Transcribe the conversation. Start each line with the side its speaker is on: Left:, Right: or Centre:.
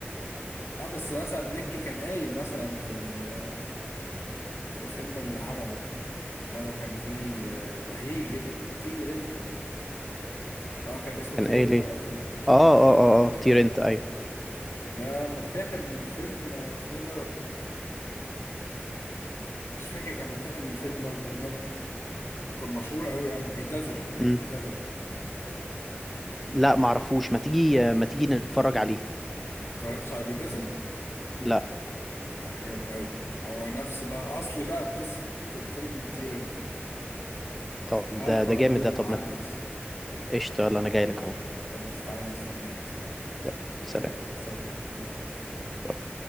Left: اه بس مثلا ميكي كان قايل مثلا في ال- في الفيلم اللي عمله اللي هو كان فيه آه، بهيج طير انت اه كان اسمه
Centre: كان
Left: طير
Centre: قايل
Left: انت
Centre: ايه
Left: اه الفيلم
Centre: اه اه اه اه تير انت ايوه
Left: ده متاخد من فيلم آه، اسمه إيه دوت مش فاكر كان متاخد من فيلم برضه أجنبي وكان مشهور قوي يعني بيدازل آه،
Centre: مم.
Left: بيدازل
Centre: لا معرفوش ما تيجي ما تيجي نتفرج عليه
Left: اتفرجتش على بيدازل
Centre: لا
Left: هيعجبك قوي هو نفس بقى أصل بقى قصة فيلم الطير انت
Centre: طب
Left: تعالى
Centre: ده
Left: أفرجهولك
Centre: ده جامد ده طب
Left: عندي
Centre: ما
Left: أصلا
Centre: قشطة يلا انا جاي لك اهو
Left: خلاص تعالى هستناك يا صاحبي
Centre: يلا سلام
Left: يلا سلام باي باي
Centre: باي.